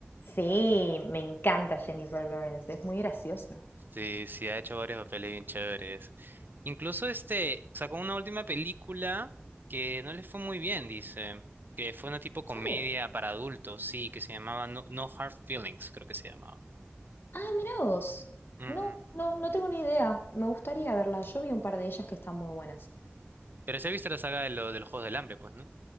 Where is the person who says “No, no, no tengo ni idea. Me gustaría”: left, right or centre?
Left